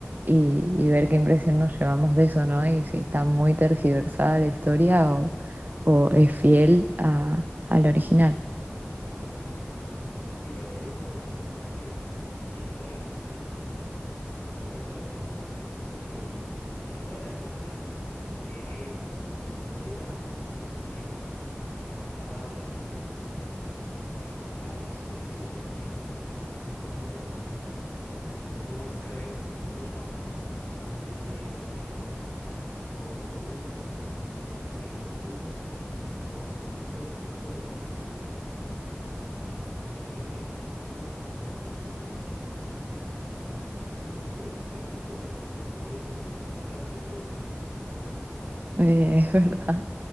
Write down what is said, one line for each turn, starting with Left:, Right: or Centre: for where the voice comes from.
Right: y, y ver qué impresión nos llevamos de eso, ¿no? Y si está muy tergiversada la historia o, o es fiel a, al original.
Left: Totalmente, totalmente. Yo quiero ver eso porque aparte quiero ver las reacciones de, del resto de países, porque, porque en todas las escenas que hay en, en la historieta hay, está cargado de argentinidad. O sea, cada expresión es 100% argentina. No vas a ver ninguna hoja en donde no diga la palabra mate o boludo o pelotudo o cualquier tipo de, de de simbolismo argentino o modismo que tenemos nosotros. Entonces, no quiero saber ni cómo lo pudieron pasar a otro idioma eso.
Right: Eh, <laughs> es verdad,